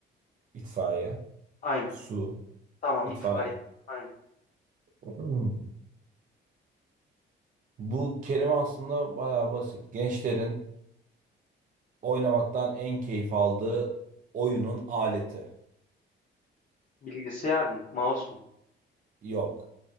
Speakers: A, on the right; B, on the left.
A: İtfaiye.
B: Aynen.
A: Su.
B: Tamam
A: itfaiye.
B: itfaiye. Aynen.
A: <clears throat> Hmm. Bu kelime aslında bayağı basit. Gençlerin oynamaktan en keyif aldığı oyunun aleti
B: Bilgisayar mı? Mouse mu?
A: yok.